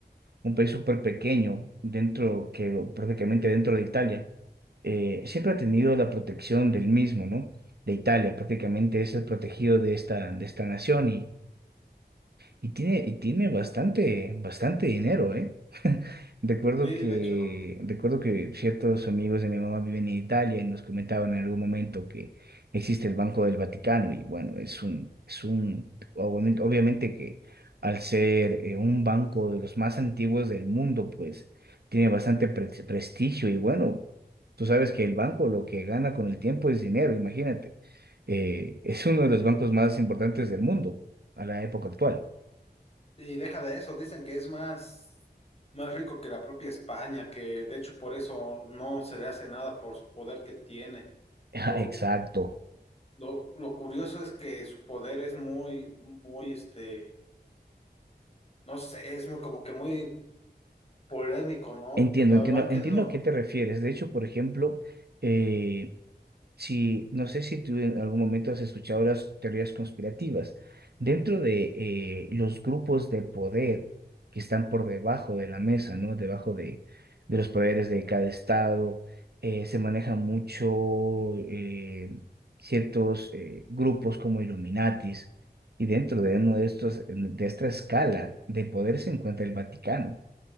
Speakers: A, on the right; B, on the left.
A: un país súper pequeño, dentro, que prácticamente dentro de Italia, eh, siempre ha tenido la protección del mismo, ¿no? De Italia, prácticamente es el protegido de esta, de esta nación y, Y tiene, y tiene bastante, bastante dinero, ¿eh? <laughs> Recuerdo
B: Sí,
A: que,
B: de hecho.
A: recuerdo que ciertos amigos de mi mamá viven en Italia y nos comentaban en algún momento que existe el Banco del Vaticano y bueno, es un, es un, obviamente, obviamente que al ser eh, un banco de los más antiguos del mundo, pues tiene bastante pre- prestigio y bueno, tú sabes que el banco lo que gana con el tiempo es dinero, imagínate. Eh, es uno de los bancos más importantes del mundo a la época actual.
B: Y deja de eso, dicen que es más, más rico que la propia España, que de hecho por eso no se le hace nada por su poder que tiene.
A: <laughs> Ah,
B: Lo,
A: Exacto.
B: lo, lo curioso es que su poder es muy, muy, este, no sé, es muy como que muy polémico, ¿no?
A: Entiendo,
B: Lo
A: entiendo,
B: han querido,
A: entiendo a qué te refieres. De hecho, por ejemplo, eh, si no sé si tú en algún momento has escuchado las teorías conspirativas. Dentro de eh, los grupos de poder que están por debajo de la mesa, ¿no? Debajo de, de los poderes de cada estado, eh, se maneja mucho eh, ciertos eh, grupos como Illuminatis, y dentro de uno de estos, de esta escala de poder se encuentra el Vaticano.